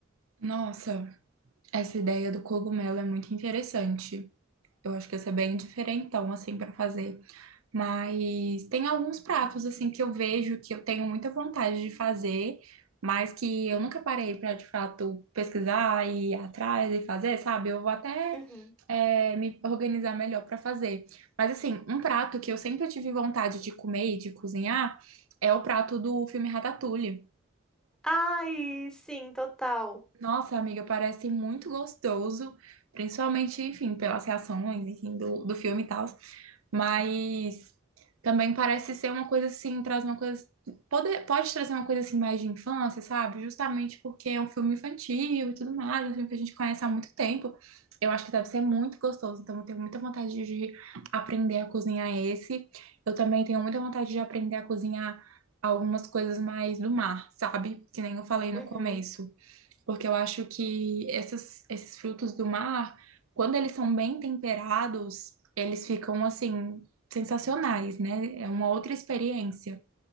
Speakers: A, on the right; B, in the centre.
A: Nossa, essa ideia do cogumelo é muito interessante. Eu acho que essa é bem diferentão assim para fazer. Mas tem alguns pratos assim que eu vejo que eu tenho muita vontade de fazer, mas que eu nunca parei para de fato pesquisar e ir atrás e fazer, sabe? Eu vou até
B: Uhum.
A: é, me organizar melhor para fazer. Mas assim, um prato que eu sempre tive vontade de comer e de cozinhar é o prato do filme Ratatouille.
B: Ai, sim, total.
A: Nossa, amiga, parece muito gostoso, principalmente, enfim, pelas reações, enfim, do, do filme e tal. Mas também parece ser uma coisa assim, traz uma coisa. Pode, pode trazer uma coisa assim mais de infância, sabe? Justamente porque é um filme infantil e tudo mais, um filme que a gente conhece há muito tempo. Eu acho que deve ser muito gostoso, então eu tenho muita vontade de aprender a cozinhar esse. Eu também tenho muita vontade de aprender a cozinhar algumas coisas mais do mar, sabe? Que nem eu falei no
B: Uhum.
A: começo porque eu acho que esses, esses frutos do mar, quando eles são bem temperados, eles ficam assim. Sensacionais, né? É uma outra experiência.